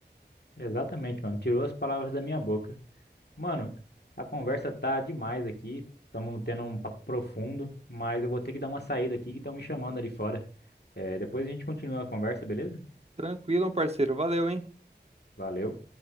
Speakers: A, on the left; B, on the right.
A: Exatamente, mano. Tirou as palavras da minha boca. Mano, a conversa tá demais aqui. Estamos tendo um papo profundo, mas eu vou ter que dar uma saída aqui que estão me chamando ali fora. É, depois a gente continua a conversa, beleza?
B: Tranquilo, meu parceiro. Valeu, hein?
A: Valeu.